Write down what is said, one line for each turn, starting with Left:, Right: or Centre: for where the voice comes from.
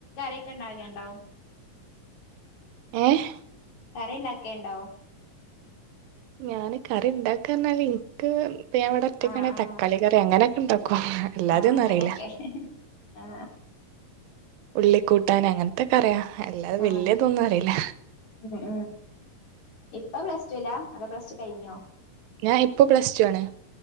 Left: അരയൊക്കെഉവണ്ടവല്ണ്ടോ
Right: ഏഹ്
Left: കറി ഉണ്ടാക്കിം ഉണ്ടോ
Right: ഞാന് കറി ഉണ്ടാക്കാ പറഞ്ഞാല് എനിക്ക് പേവടെ ഒറ്റക്കാണെ
Left: ആഹ് ആഹ്
Right: താളി റിയ അങ്ങനെയൊക്കെ ഉണ്ടാക്കും അല്ലാതെയ
Left: ആഹ്
Right: ഒന്നും
Left: അങ്ങനെയൊക്കെ
Right: അറിയില്ല
Left: ആഹ്
Right: ഉള്ളിക്കൂട്ടാൻ അങ്ങനത്തൊക്കെ അറിയാം അല്ലാതെ
Left: ആഹ്
Right: വല്ിയതൊന്നും അറിയില്ല.
Left: ഉം ഉം ഇപ്പം പ്ലസ് ടു ഇല്ല അത പ്ലസ് ടു കഴിഞ്ഞോ
Right: ഞാൻ ഇപ്പൊ പ്ലസ് ടു ആണ്.